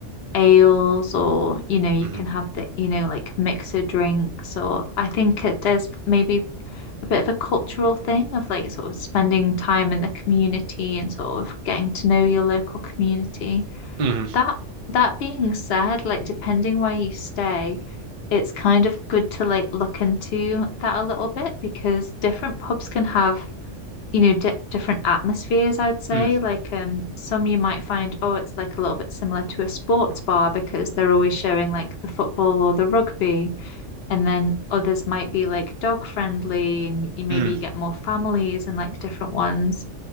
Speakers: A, on the left (about 60°); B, on the right (about 70°).
A: ales or, you know, you
B: hmm
A: can have the, you know, like mixer drinks or I think it, there's maybe a bit of a cultural thing of like sort of spending time in the community and sort of getting to know your local community.
B: hmm
A: That that being said, like depending where you stay, it's kind of good to like look into that a little bit because different pubs can have, you know, di different atmospheres, I'd say.
B: mm
A: Like um some you might find, oh, it's like a little bit similar to a sports bar because they're always showing like the football or the rugby and then others might be like dog friendly, and you maybe
B: mm
A: get more families and like different ones.